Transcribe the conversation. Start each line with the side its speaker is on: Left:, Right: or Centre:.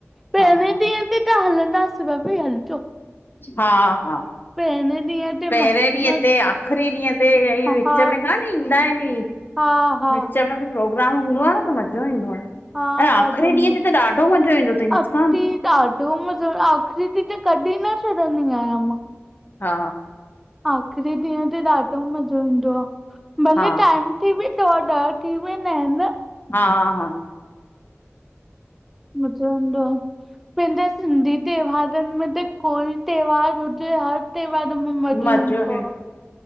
Centre: पहले
Left: हा
Centre: ॾिय ते त हलदांस बभी हलजो।
Left: हा-हा
Centre: पहिरें ॾींहं ते
Left: पहिरे
Centre: मस्त मस्त
Left: ॾींहं ते आख़री ॾींहं ते
Centre: हा
Left: विच
Centre: हा
Left: में कान ईंदा आहिन ई।
Centre: हा हा
Left: विच में बि प्रोग्राम हूंदो आ न त, मॼो ईंदो आ। ऐं
Centre: ॾाढो
Left: आख़िरी
Centre: मज़ो
Left: ॾींहं ते त ॾाढो मज़ो ईंदो तई
Centre: अती
Left: मुस्कान।
Centre: ॾाढो मज़ो, आख़री ॾीहं त कढी न छॾंदी आहियां मां।
Left: हा
Centre: आख़री ॾींहं ते ॾाढो मज़ो ईंदो आ, भले
Left: हा
Centre: टाइम ते बि डह थी वेंदा आहिन न
Left: हा-हा
Centre: मॼो ईदों आ पैंजे सिंधी त्योहारन में त कोई त्योहार हुजे हर त्योहारन मे मॼो
Left: मज़ो
Centre: ईदों आ,